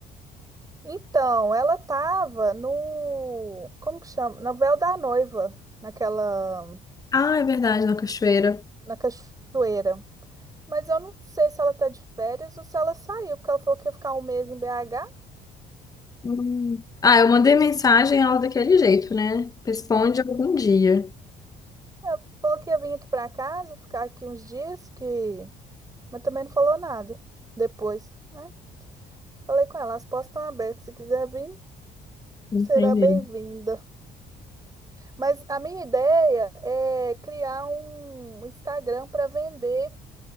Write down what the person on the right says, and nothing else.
Então, ela estava no, como que chama? Na Véu da Noiva, naquela,
na cachoeira. Mas eu não sei se ela tá de férias ou se ela saiu, porque ela falou que ia ficar um mês em BH.
Ela falou que ia vir aqui para casa, ficar aqui uns dias, que... Mas também não falou nada depois, né? Falei com ela, as portas estão abertas, se quiser vir.
Será bem-vinda. Mas a minha ideia é criar um Instagram para vender,